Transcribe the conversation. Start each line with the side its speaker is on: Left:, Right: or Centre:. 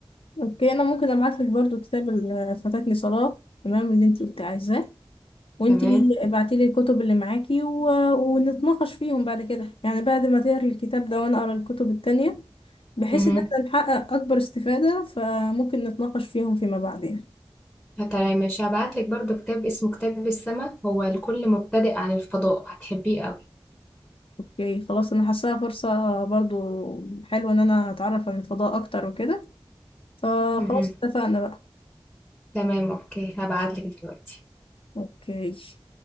Left: اوكي انا ممكن ابعت لك برضو كتاب ال- فاتتني صلاة تمام اللي انت كنت عايزاه وانتي
Centre: تمام
Left: ابعتيلي الكتب اللي معاكي و... ونتناقش فيهم بعد كده يعني بعد ما تقري الكتاب ده وانا اقرا الكتب التانية بحيث
Centre: مهم.
Left: ان احنا نحقق اكبر استفادة فممكن نتناقش فيهم فيما بعد يعني
Centre: تمام مش هبعت لك برضو كتاب اسمه كتاب السماء هو لكل مبتدئ عن الفضاء هتحبيه قوي
Left: اوكي خلاص انا حاساها فرصة برضو حلوة ان انا اتعرف عن الفضاء اكتر وكده فخلاص
Centre: مهم.
Left: اتفقنا بقى
Centre: تمام اوكي هبعت لك دلوقتي
Left: اوكي